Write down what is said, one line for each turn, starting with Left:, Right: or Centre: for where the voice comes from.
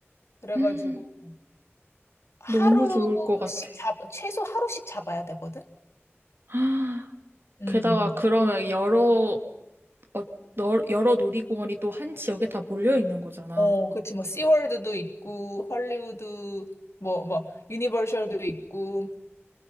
Left: 그래가지고
Right: 음,
Left: 하루씩
Right: 너무 좋을 것 같아.
Left: 잡 최소 하루씩 잡아야 되거든.
Right: 아,
Left: 음.
Right: 게다가 그러면 여러, 어, 너- 여러 놀이공원이 또 한 지역에 다 몰려 있는 거잖아.
Left: 어, 그치, 뭐, 씨월드도 있고, 헐리우드, 뭐, 뭐, 유니버셜도 있고,